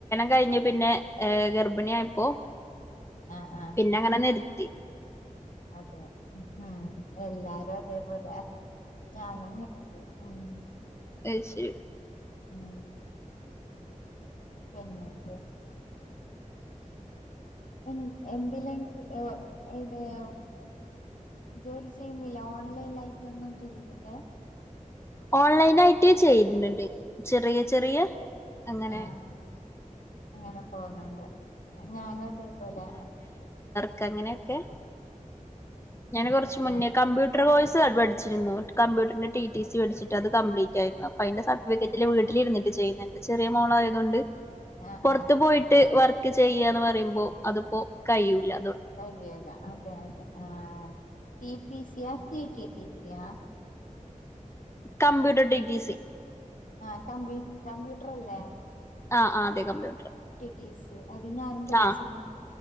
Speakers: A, on the left; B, on the left.
A: കഴിഞ്ഞു പിന്നെ ഗർഭിണി ആയപ്പോ
B: ആഹ് ആഹ്
A: പിന്നെ അങ്ങനെ നിർ ത്തി
B: അതെ ഉഹും എല്ലാരും അതേപോലെ ഞാനും നിർത്തി ഉം
A: അഹ് ശരി
B: ഉം പിന്നന്തേ എൻ എന്തില <unintelligible> ജോലി ചെയ്യുന്നില്ല ഓൺലൈൻ ലായിട്ടൊന്നും ചെയ്യുന്നില്ല
A: ഓൺലൈൻ ആയിട്ട് ചെയ്ത് ണ് ണ്ട് ചെറിയ ചെറിയ അങ്ങനെ
B: ആഹ് അങ്ങനെ പോവ്ന്നുണ്ട് ഞാനും അത് പോലെ
A: ക്ക അങ്ങനെയൊക്കെ ഞാൻ കുറച്ച്
B: അതെയാ
A: മുന്നേ കമ്പ്യൂട്ടർ കോഴ്സ് പഠിച്ചിരുന്നു കമ്പ്യൂട്ടറിന്റെ ടി ടി സി പഠിച്ചിട്ട് അത് കംപ്ലീറ്റ് ആയിരുന്നു. അപ്പ അതിന്റെ സർട്ടിഫിക്കറ്റില് വീട്ടിലിരിന്നിട്ട് ചെയ്യ്ന്ന്ണ്ട്. ചെറിയ മോളായയതുകൊണ്ട്
B: ആഹ്
A: പുറത്ത്
B: ആഹ്
A: പോയിട്ട് വർക്ക് ചെയ്യാന്ന് പറയുമ്പോ അതിപ്പോ കയ്യൂല്ല
B: കയ്യേല അതെ അതെ ആഹ് ടി പി സിയ? ടി ടി ടി സിയാ?
A: കമ്പ്യൂട്ടർ ടി ടി സി
B: ആഹ് കമ്പി കമ്പ്യൂട്ടർ അല്ലേ
A: ആ ആ അതെ കമ്പ്യൂട്ടർ
B: ട്ടി സി. അത് ഞാനും പഠിച്ച്ന്
A: ആ